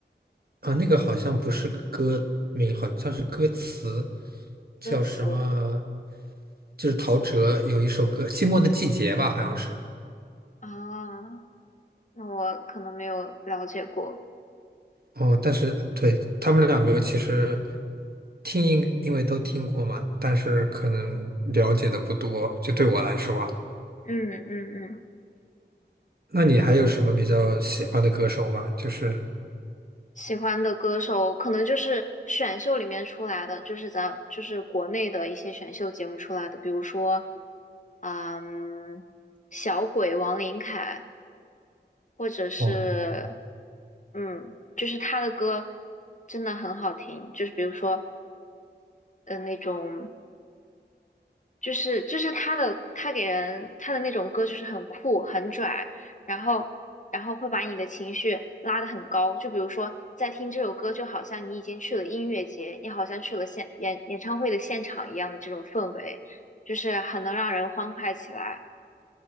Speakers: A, on the right; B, on the left.
A: 啊，那个好像不是歌名，好像是歌词，
B: 歌词
A: 叫什么？就是陶喆有一首歌《寂寞的季节》吧，好像是。
B: 啊，那我可能没有了解过，
A: 哦，但是对他们两个其实听因因为都听过嘛，但是可能了解的不多，就对我来说啊。
B: 嗯嗯嗯。
A: 那你还有什么比较喜欢的歌手吗？就是
B: 喜欢的歌手可能就是选秀里面出来的，就是咱就是国内的一些选秀节目出来的，比如说，嗯，小鬼王琳凯，或者是，
A: 哦，
B: 嗯，就是他的歌真的很好听，就是比如说，呃，那种就是就是他的他给人他的那种歌就是很酷很拽，然后然后会把你的情绪拉得很高。就比如说，在听这首歌，就好像你已经去了音乐节，你好像去了现演演唱会的现场一样的这种氛围，就是很能让人欢快起来。